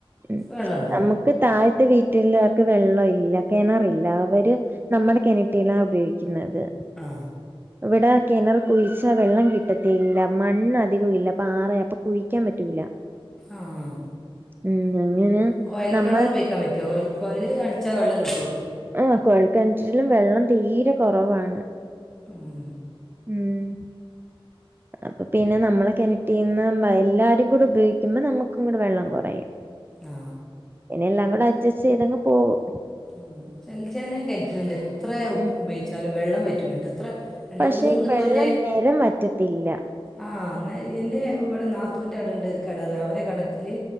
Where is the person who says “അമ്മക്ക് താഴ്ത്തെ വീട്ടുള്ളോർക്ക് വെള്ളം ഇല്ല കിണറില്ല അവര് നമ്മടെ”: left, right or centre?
Right